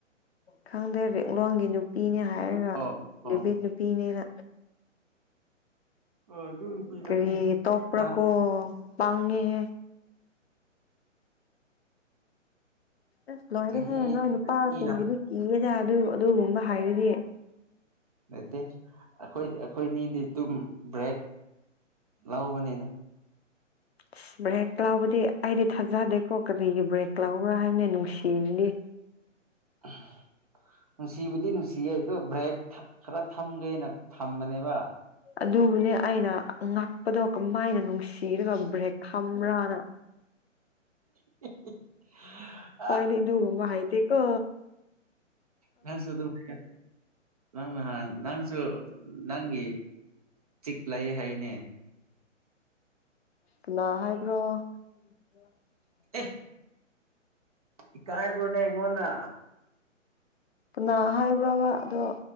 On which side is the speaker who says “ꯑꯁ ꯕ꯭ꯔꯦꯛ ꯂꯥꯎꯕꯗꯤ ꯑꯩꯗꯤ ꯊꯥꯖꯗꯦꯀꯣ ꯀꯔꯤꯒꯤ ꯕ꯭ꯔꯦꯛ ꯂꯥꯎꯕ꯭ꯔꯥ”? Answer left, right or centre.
Left